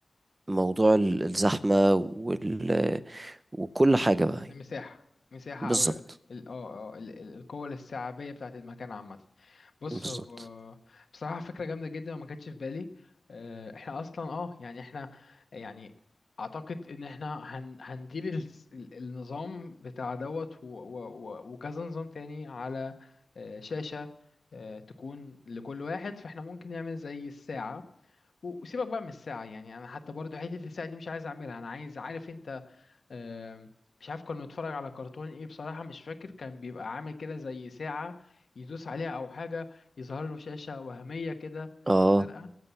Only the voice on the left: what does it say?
المساحة مساحة
أو ال ال- اه اه ال- ال- القوة الاستيعابية بتاعة المكان عامة بص
هو بصراحة فكرة جامدة جدا وما كانتش في بالي آه، احنا أصلا اه يعني احنا يعني أعتقد إن احنا هن هندير الس- ال- النظام بتاع دوت و- و- و- وكذا نظام تاني على آه، شاشة آه، تكون لكل واحد فاحنا ممكن نعمل زي الساعة و- وسيبك بقى من الساعة يعني أنا حتى برضو حتة الساعة دي مش عايز أعملها أنا عايز عارف أنت آم، مش عارف كنا بنتفرج على كرتون ايه بصراحة مش فاكر كان بيبقى عامل كده زي ساعة يدوس عليها او حاجة يظهر له شاشة وهمية كده
زرقاء